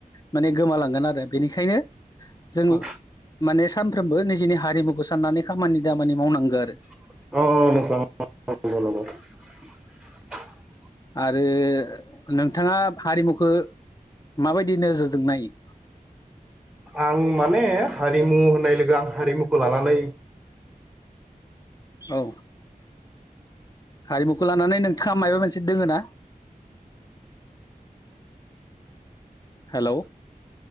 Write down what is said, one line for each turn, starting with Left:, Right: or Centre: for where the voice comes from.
Left: माने गोमालांगोन आरो बेनिखायनो जों
Centre: अ
Left: माने सामफ्रोमबो निजिनि हारिमुखौ साननानै खामानि दामानि मावनांगो आरो
Centre: अ <inaudible>
Left: आरो नोंथाङा हारिमुखो माबायदि नोजोरजों नायो
Centre: आं माने हारिमु होननाय लोगो आं हारिमुखो लानानै
Left: औ हारिमुखो लानानै नोंथाङा मायबा मोनसे दोङो ना हेलौ